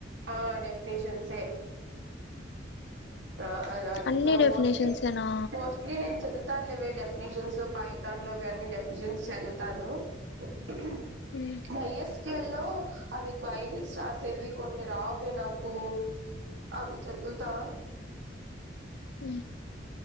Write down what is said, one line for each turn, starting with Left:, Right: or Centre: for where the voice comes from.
Right: ఆ డెఫినేషన్స్ ఎ ఆ అదే
Left: అన్ని
Right: ద్
Left: డెఫినేషన్సేనా
Right: మోస్ట్లీ మోస్ట్ స్ట్లీ నేను చదువుతాను లేవే డెఫినేషన్స్ పైథాన్లో ఇవన్నీ డెఫినేషన్స్ చదువుతాను <unintelligible>
Left: మ్
Right: వైఎస్కఎ లో అవి క్వైరీస్ రాసేవి కొన్ని రావే నాకు అవి చదువుతా
Left: మ్